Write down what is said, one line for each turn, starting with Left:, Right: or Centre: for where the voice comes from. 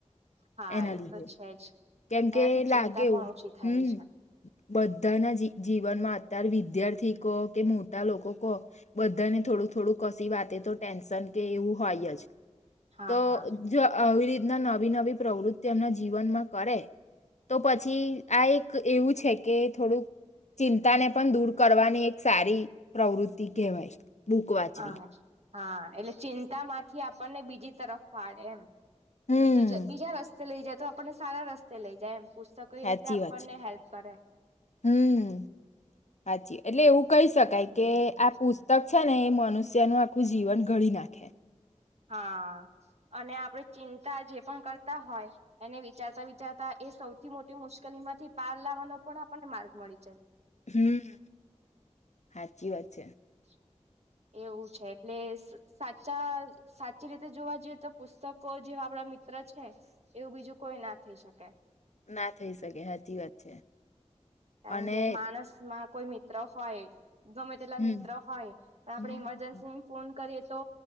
Right: હા
Left: એના
Right: એ
Left: લીધે
Right: તો છે જ
Left: કેમ કે
Right: એનાથી ચિંતા
Left: લાગે
Right: પણ
Left: એવું
Right: ઓછી થાય
Left: હમ.
Right: છે
Left: બધાના જ જીવનમાં અત્ય્યારે વિદ્યાર્થીિક. કે મોટા લોકો કહ બધાને થોડુંક થોડું કસી વાતે તો ટેન્શન કે એવું હોય જ.
Right: હા
Left: તો
Right: હા
Left: જો આવી રીતના નવી નવી પ્રવૃત્તિ એમના જીવનમાં કરે. તો પછી આ એક એવું છે કે થોડુંક ચિંતાને પણ દૂર કરવાની એક- સારી પ્રવૃતિ કહેવાય, બુક વાચવી.
Right: હા હા..... એટલે ચિંતામાંથી આપણને બીજી તરફ વાળે એમ કે,
Left: હમ
Right: બીજી બીજા રસ્તા. જો લઈ જાય તો આપડને સારા રસ્તે લઈ જાય એમ. પુસ્તકો એવી
Left: સાચી
Right: રીતે આપડને
Left: વાત છે.
Right: હેલ્પ કરે.
Left: હમ <unintelligible> એટલે એવું કઈ શકાય
Right: હમ
Left: કે, આ પુસ્તક છે ને એ મનુષ્ જેનું આખું જીવન ઘડી નાખે
Right: હા, અને આપડે ચિંતા જે પણ કરતા હોય એને વિચારતા-વિચારતા એ સૌથી મોટી મુશ્કેલીમાંથી પાર લાવાનો પણ આપડને માર્ગ મળી જાય.
Left: હમ, હાચી વાત છે.
Right: <inaudible> એવું છે એટલે સાચા સાચી રીતે જોવા જઈએ તો પુસ્તકો જે આપડા. મિત્ર છે એવું બીજું કોઈ ના થઈ શકે.
Left: ના થઈ શકે, હાચી વાત છે.
Right: કારણ
Left: અને
Right: કે માણસ માં કોઈ મિત્ર હોય ગમે તેટલા
Left: હમ
Right: મિત્રો હોય તો આપેડે
Left: હમ
Right: ઇમરજન્સી ફોન કરીએ તો